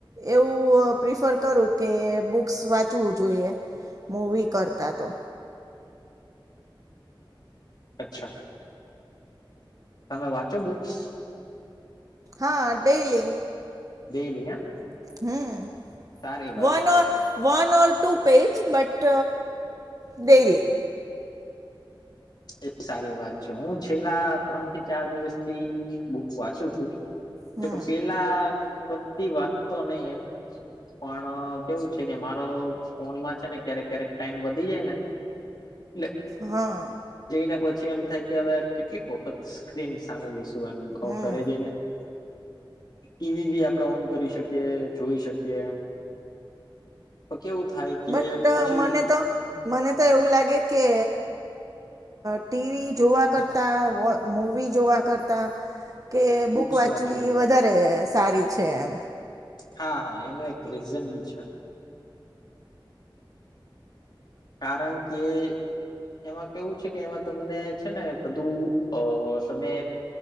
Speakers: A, on the right; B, on the left.
A: એવું વું પ્રિફર કરું કે બુક્સ વાંચવું જોઈએ મુવી કરતા તો
B: અચ્છા તમે વાંચો બુક્સ
A: હા ડેઇલી
B: ડેલી એમ
A: હમ
B: સારી વાત
A: વન
B: કેવાય
A: ઓ one or two page but daily
B: એ સારી વાત છે હું છેલ્લા ત્રણ થી ચાર દિવસ થી બુક્સ વાંચું છું
A: હમ
B: જો કે પેલા કધી વાતતો નઈ એમ પણ કેવું છે કે મારો ફોનમાં છે ને ક્યારેક ક્યારેક ટાઈમ વધી જાય ને
A: હા
B: ને પછી એમ થાય કે હવે કેટલીક વખત સ્ક્રીન સામે જઈશું એ
A: હમ
B: કરે જઈને ટીવી બી આપણે ઓન કરી શકીએ જોઈ શકીએ તો કેવું થાય કે
A: બટ
B: પછી
A: મને તો મને તો એવું લાગે કે ટીવી જોવા કરતા મુવી જોવા કરતા કે
B: બુક્સ
A: બુક વાંચવી
B: જોઈએ
A: વધારે સારી છે એમ
B: હા હા એનું એક રીઝન બી છે કારણ કે એમાં કેવું છે કે એમાં તમને છે ને બધું અ તમે